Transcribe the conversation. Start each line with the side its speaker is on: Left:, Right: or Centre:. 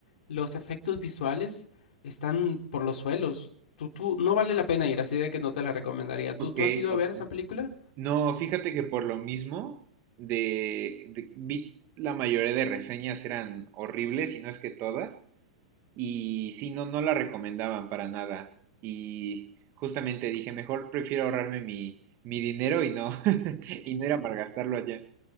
Left: los efectos visuales están por los suelos. Tú, tú, no vale la pena ir, así de que no te la recomendaría. ¿Tú,
Right: Ok,
Left: tú has ido a
Right: ok.
Left: ver esa película?
Right: No, fíjate que por lo mismo, de, de- vi la mayoría de reseñas eran horribles, y no es que todas, Y sí, no, no la recomendaban para nada. Y justamente dije, mejor prefiero ahorrarme mi, mi dinero y no, <laughs> y no ir a malgastarlo allá.